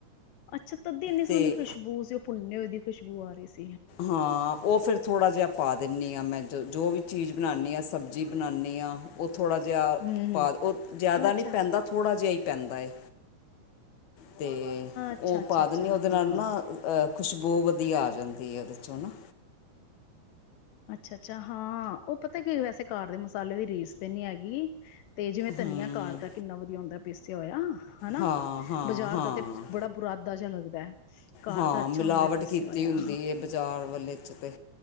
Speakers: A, on the left; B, on the left.
A: ਅੱਛਾ ਤਦੀ ਇੰਨੀ
B: ਤੇ
A: ਸੋਹਣੀ ਖੁਸ਼ਬੂ ਸੀ। ਓ ਭੁੰਨੇ ਹੋਏ ਦੀ ਖੁਸ਼ਬੂ ਆ ਰਈ ਸੀ
B: ਹਾਂ, ਉਹ ਫੇਰ ਥੋੜ੍ਹਾ ਜਿਹਾ ਪਾ ਦਿੰਨੀ ਹਾਂ। ਮੈਂ ਜੋ ਜੋ ਵੀ ਚੀਜ਼ ਬਣਾਨੀ ਆ। ਸਬਜ਼ੀ ਬਣਾਨੀ ਆ। ਥੋੜ੍ਹਾ ਜਿਹਾ
A: ਹਮ
B: ਪਾਦੋ,
A: ਹਮ
B: ਜਿਆਦਾ
A: ਅੱਛਾ
B: ਨਹੀਂ ਪੈਂਦਾ,
A: ਅੱਛਾ
B: ਥੋੜ੍ਹਾ ਜਿਹਾ ਹੀ ਪੈਂਦਾ ਏ। ਤੇ
A: ਅੱਛਾ
B: ਉਹ
A: ਅੱਛਾ
B: ਪਾ
A: ਅੱਛਾ
B: ਦਿੰਦੇ।
A: ਹਾਂ
B: ਉਹਦੇ ਨਾਲ ਨਾ ਖੁਸ਼ਬੂ ਵਧੀਆ ਆ ਜਾਂਦੀ ਏ। ਉਹਦੇ 'ਚੋਂ ਹੈ ਨਾ
A: ਅੱਛਾ, ਅੱਛਾ। ਹਾਂ, ਉਹ। ਪਤਾ ਕੀ? ਵੈਸੇ ਘਰ ਦੇ ਮਸਾਲੇ ਦੀ ਰੀਸ ਤੇ ਨੀ ਹੈਗੀ। ਤੇ ਜਿਵੇਂ ਧਨੀਆ
B: ਹੂੰ
A: ਘਰਦਾ, ਕਿੰਨਾ ਵਧੀਆ ਹੁੰਦਾ? ਪੀਸਿਆ ਹੋਇਆ। ਹਨਾ।
B: ਹਾਂ ਹਾਂ
A: ਬਾਜ਼ਾਰ
B: ਹਾਂ
A: ਦਾ ਤੇ ਬੜਾ ਬੁਰਾਦਾ ਜਿਹਾ ਲੱਗਦਾ। <unintelligible> ਘਰ
B: ਹਾਂ,
A: ਦਾ ਅੱਛਾ
B: ਮਿਲਾਵਟ
A: ਹੁੰਦਾ ਪੀਸਿਆ
B: ਕੀਤੀ
A: ਹੋਇਆ
B: ਹੁੰਦੀ। ਇਹ ਬਾਜ਼ਾਰ ਵਲੇ ਚ ਤੇ